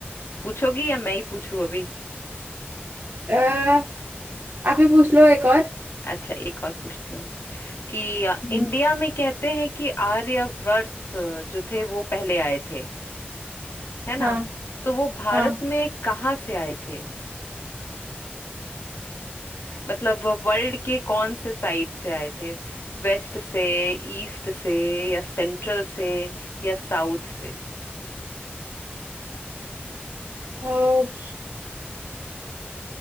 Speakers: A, on the left; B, on the right.
A: पूछोगी या मैं ही पूछूं अभी
B: अह, आप ही पूछ लो एक और
A: अच्छा एक और पूछती हूँ कि अ,
B: हम्म,
A: इंडिया में कहते हैं कि आर्यवर्त जो थे वो पहले आए थे है ना
B: हाँ
A: तो वो भारत
B: हाँ
A: में कहाँ से आए थे मतलब वर्ल्ड के कौन से साइड से आए थे वेस्ट से ईस्ट से या सेंट्रल से या साउथ से
B: तो,